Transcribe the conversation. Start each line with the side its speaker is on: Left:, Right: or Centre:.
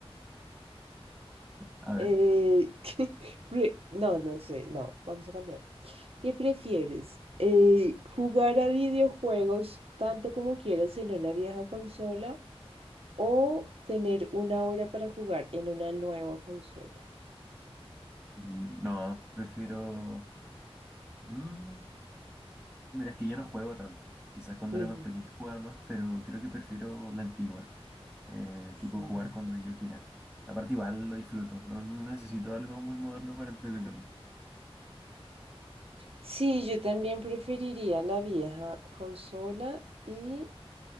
Centre: a
Right: Eh,
Centre: ver.
Right: <laughs> pre- no, no sé, no, vamos a cambiar. ¿Qué prefieres? Eh, ¿jugar a videojuegos tanto como quieras en una vieja consola o tener una hora para jugar en una nueva consola?
Centre: Mm, No, prefiero... mm, mira, es que yo no juego tanto. Quizás cuando
Right: Ujú.
Centre: era más pequeño jugaba más, pero creo que prefiero la antigua. Eh, tipo
Right: Sí.
Centre: jugar cuando yo quiera. Aparte igual lo disfruto. No, no necesito algo muy moderno para entretenerme.
Right: Sí, yo también preferiría la vieja consola y